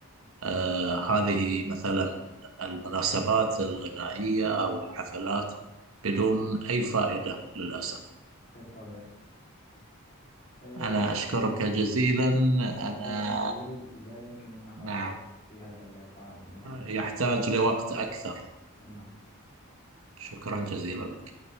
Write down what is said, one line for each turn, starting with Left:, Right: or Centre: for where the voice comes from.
Right: آه، هذه مثلا المناسبات الغنائية أو الحفلات بدون أي فائدة للأسف
Left: بالطبع آه،
Right: أنا أشكرك جزيلا
Left: موضوع
Right: أنا
Left: طويل لا يمكننا حصره
Right: نعم
Left: في هذا اللقاء نكتفي
Right: يحتاج
Left: بهذا
Right: لوقت أكثر
Left: تمام
Right: شكرا جزيلا لك